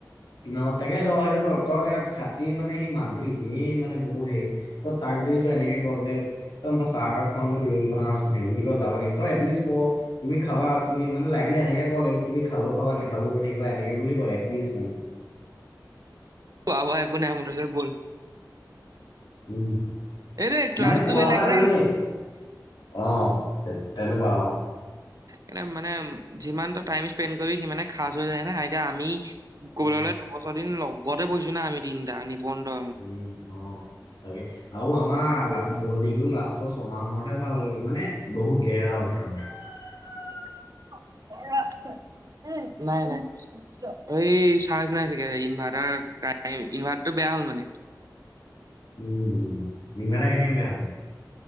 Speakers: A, on the left (about 80°); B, on the right (about 55°).
A: ন তাকে ত সেইটো ত তই খাতি মানে সি মানুহটো এনেই মানে বহুত হেৰি ত তাক যদি তই এনেকে ক যে মই চাহ কাপ খাওঁ ৰৈ দিবা আহাচোন বুলি ক যাব নেকিই এটলিষ্ট ক তুমি খাবা তুমি মানে লাগিলে। তেনেকে ক'ল তুমি খালো খাবা নেখালো ৰয় থাকিবা এনেকে বুলি কয় এটলিষ্ট মানে।
B: খোৱা বোৱা একো নাই মুঠতে ব'ল
A: উম।
B: এই ক্লাছটো
A: মানে খোৱা
B: বেলেগ
A: কথা
B: যে
A: নানেই অ' তেনেকুৱা
B: এ মানে যিমানটো টাইম স্পেণ্ড কৰিবি, সিমানে সাজ হৈ যায় না এতিয়া আমি ক'বলৈ
A: উম,
B: গ'লে দুবছৰ দিন লগতে বহিছো না আমি তিনিটা নিপন তই মই
A: উম, অ' তাকে আৰু আমাৰ বলডিংটো লাষ্টৰ ছমাহ মানতহে ভাল হ'লগৈ, মানে বহুত ঘেৰা হৈছে। <unintelligible>
B: <unintelligible> নাই নাই এই চাৰ্জ নাই চাগে ইনভাৰ্টাৰ ইনভাৰ্টাৰ টো বেয়া। হ'ল মানে।
A: উম, উম, ইনভাৰ্টাৰ কেনেকে বেয়া হ'ল মানে।